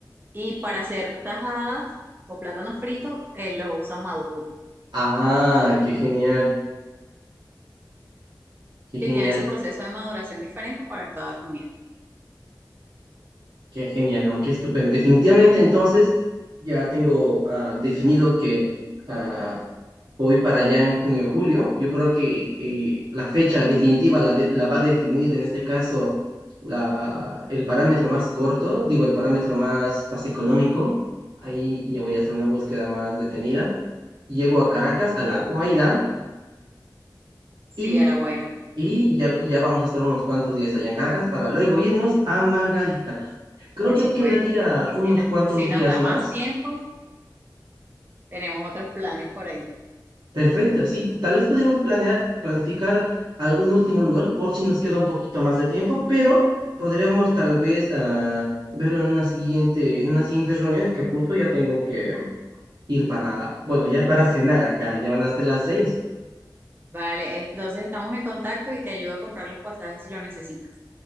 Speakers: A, on the right (about 25°); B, on the right (about 80°).
A: y para hacer tajadas o plátanos fritos, eh, los usan maduros.
B: Ah, qué genial, qué genial.
A: Sí, tiene su proceso de maduración diferente para cada comida.
B: Qué genial, ¿no? Qué estupendo. Definitivamente, entonces, ya tengo ah, definido que ah, voy para allá en junio o julio. Yo creo que eh, la fecha definitiva la, de- la va a definir, en este caso, la, el parámetro más corto, digo, el parámetro más, más económico. Ahí ya voy a hacer una búsqueda más detenida. Llego a Caracas, a La Guaira, y,
A: Sí, a la guaira,
B: y ya, ya vamos a estar unos cuantos días allá en Caracas para luego irnos a Margarita. Creo
A: por
B: que
A: supuesto.
B: quedaría
A: Y
B: unos
A: si, no,
B: cuantos
A: si
B: días
A: nos da
B: más.
A: más tiempo, tenemos otros planes por ahí.
B: Perfecto, sí, tal vez podemos planear, planificar algún último lugar por si nos queda un poquito más de tiempo, pero podríamos tal vez ah, verlo en una siguiente, en una siguiente reunión, es que justo ya tengo que ir para, bueno, ya para cenar acá, ya van a ser las seis.
A: Vale, entonces estamos en contacto y te ayudo a comprar los pasajes si lo necesitas.